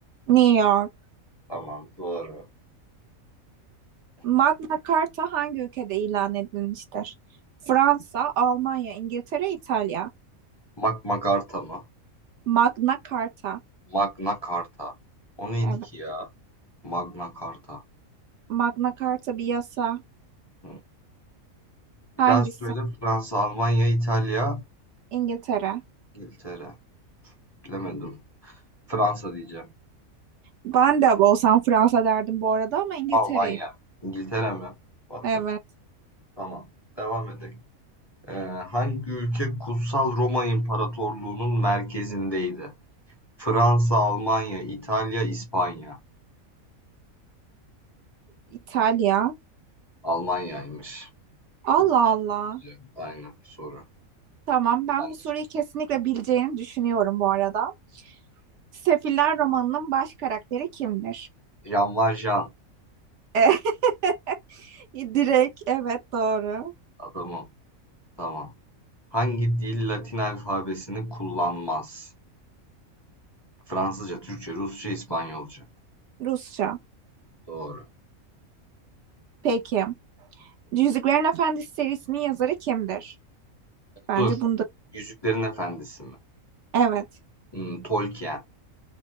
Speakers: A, on the right; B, on the left.
A: New York.
B: Tamam, doğru.
A: Magna Carta hangi ülkede ilan edilmiştir? Fransa, Almanya, İngiltere, İtalya.
B: Magna Carta mı?
A: Magna Carta.
B: Magna Carta. O neydi
A: Evet.
B: ki ya? Magna Carta.
A: Magna Carta bir yasa.
B: Hı. Bir
A: Hangisi?
B: daha söyle. Fransa, Almanya, İtalya,
A: İngiltere.
B: İngiltere. Bilemedim. Fransa diyeceğim.
A: Ben de olsam Fransa derdim bu arada ama İngiltere'yim.
B: Almanya. İngiltere mi? What
A: Evet.
B: the- Tamam. Devam edelim. Ee, hangi ülke Kutsal Roma İmparatorluğu'nun merkezindeydi? Fransa, Almanya, İtalya, İspanya.
A: İtalya.
B: Almanya'ymış.
A: Allah
B: Çok
A: Allah.
B: güzel. Aynen soru.
A: Tamam, ben
B: Ben
A: bu soruyu
B: de şey-
A: kesinlikle bileceğini düşünüyorum bu arada. Sefiller romanının baş karakteri kimdir?
B: Jan Jean Valjean
A: Eh, <laughs> Direkt, evet doğru.
B: adamım. Tamam. Hangi dil Latin alfabesini kullanmaz? Fransızca, Türkçe, Rusça, İspanyolca.
A: Rusça.
B: Doğru.
A: Peki. Yüzüklerin Efendisi serisinin yazarı kimdir? Bence
B: Dur.
A: bunda.
B: Yüzüklerin Efendisi mi?
A: Evet,
B: Hmm, Tolkien.